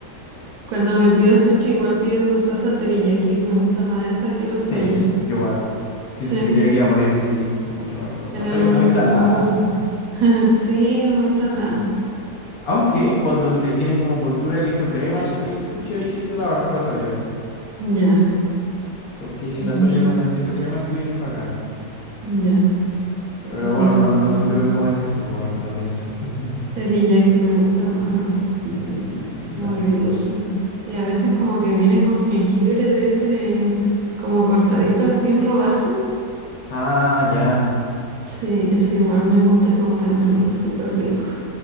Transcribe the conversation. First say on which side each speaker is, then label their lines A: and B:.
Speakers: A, on the right; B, on the left.
A: Cuando me pido sushi, igual pido con salsa teriyaki. Me gusta más esa que la soya.
B: Sí, yo igual. Siempre
A: Sí,
B: ya que iba a morir, sí, mucho mejor.
A: tenemos
B: La soya es muy
A: los mismos
B: salada.
A: gustos. <laughs> Sí, muy salada.
B: Aunque cuando le tiene como envoltura de queso crema el, el sushi, ahí sí me la banco la soya.
A: Ya,
B: Porque
A: mm,
B: la soya con el queso crema sí vienen bacán.
A: ya. Sí,
B: Pero
A: no,
B: bueno,
A: yo
B: no,
A: sí.
B: no, no creo que comáis queso, pues ahora que lo pienso. <laughs>
A: Teriyaki me gusta más a mí, sí,
B: Sí, exquisito.
A: como agridulce. Y a veces como que viene con jengibre de ese, como cortadito así en rodaja.
B: Ah, ya.
A: Sí, ese igual me gusta comérmelo, es súper rico,